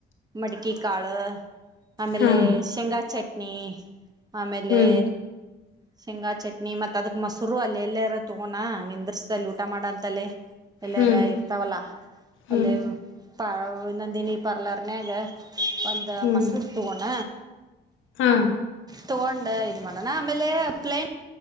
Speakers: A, on the right; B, on the left.
A: ಮಡ್ಕಿಕಾಳು. ಆಮೇಲೆ
B: ಹಾ
A: ಶೇಂಗಾ ಚಟ್ನಿ ಆಮೇಲೆ
B: ಹ್ಮ್
A: ಶೇಂಗಾ ಚಟ್ನಿ ಮತ್ ಅದಕ್ ಮೊಸ್ರು ಅಲ್ಲೆಲ್ಯಾರ ತೊಗೋಣ ನಿಂದ್ರಿಸ್ದಲ್ಲಿ ಊಟ ಮಾಡಂತಲ್ಲೆ. ಎಲ್ಲಾರ
B: ಹ್ಮ್
A: ಇರ್ತಾವಲ್ಲಾ
B: ಹ್ಮ್
A: ಅಲ್ಲಿ ಪ ನಂದಿನಿ ಪಾರ್ಲರ್ನ್ಯಾಗ ಒಂದು
B: ಹ್ಮ್
A: ಮಸುರು ತೊಗೊಣ.
B: ಹಾ
A: ತಗೊಂಡ ಇದು ಮಾಡೋಣ ಆಮೇಲೆ ಪ್ಲೇನ್